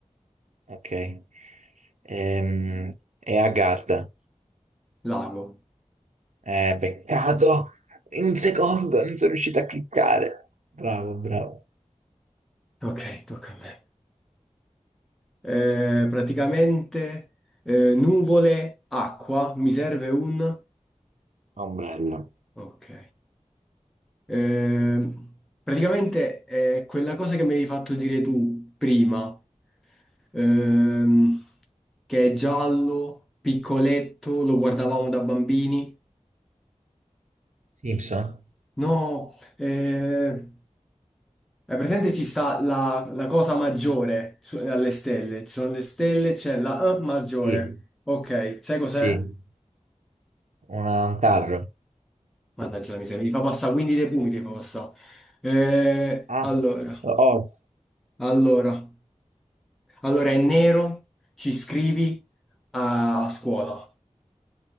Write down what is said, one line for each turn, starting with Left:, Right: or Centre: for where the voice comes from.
Right: ok. Ehm, è a Garda.
Centre: lago.
Right: Eh, peccato, in un secondo non sono riuscito a cliccare. Bravo, bravo.
Centre: Ok, tocca a me. Eh, praticamente eh, nuvole, acqua, mi serve un...
Right: Ombrello.
Centre: Ok. Eh, praticamente è quella cosa che mi hai fatto dire tu prima, ehm, che è giallo, piccoletto, lo guardavamo da bambini.
Right: Simpson?
Centre: No, eh, è presente ci sta la, la cosa maggiore su- alle stelle, ci sono le stelle, c'è la eh, maggiore.
Right: Sì,
Centre: Ok, sai cos'è?
Right: sì, una- un carro.
Centre: Mannaggia la miseria, mi fa passare, quindi dei pumi ti fa passare. Eh,
Right: Ah,
Centre: allora,
Right: Oz.
Centre: allora, allora è nero, ci scrivi a, a scuola.